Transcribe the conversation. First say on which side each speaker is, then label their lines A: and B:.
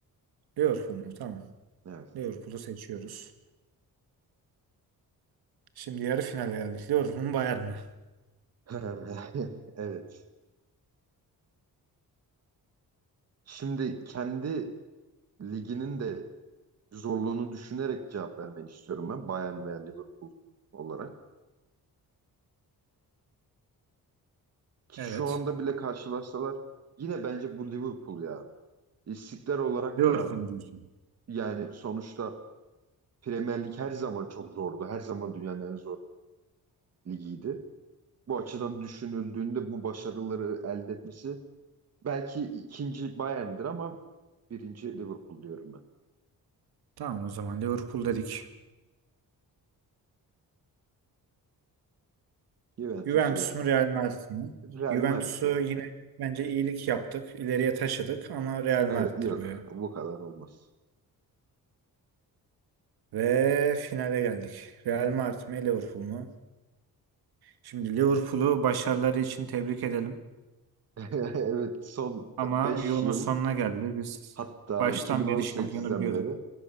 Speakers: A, on the right; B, on the right.
A: Liverpool mu? Tamam.
B: Evet.
A: Liverpool'u seçiyoruz. Şimdi yarı finale geldik. Liverpool mu Bayern mi?
B: <laughs> Evet. Şimdi kendi liginin de zorluğunu düşünerek cevap vermeni istiyorum ben. Bayern veya Liverpool olarak. Ki
A: Evet.
B: şu anda bile karşılaşsalar yine bence bu Liverpool ya. İstiklal olarak
A: Liverpool
B: da
A: mu diyorsun?
B: yani sonuçta Premier Lig her zaman çok zordu. Her zaman dünyanın en zor ligiydi. Bu açıdan düşünüldüğünde bu başarıları elde etmesi belki ikinci Bayern'dir ama birinci Liverpool diyorum ben.
A: Tamam o zaman Liverpool dedik.
B: Juventus
A: Juventus
B: Real.
A: mu Real Madrid mi?
B: Real
A: Juventus'u
B: Madrid ya.
A: yine bence iyilik yaptık. ileriye taşıdık ama Real
B: Evet
A: Madrid'dir
B: yok
A: bu ya.
B: bu kadar olmaz.
A: Ve finale geldik. Real Madrid mi Liverpool mu? Şimdi Liverpool'u başarıları için tebrik edelim.
B: <laughs> Evet son
A: Ama
B: beş
A: yolun
B: yıl
A: sonuna geldi. Biz
B: Hatta
A: baştan
B: 2018'den
A: beri şampiyonu biliyorduk.
B: beri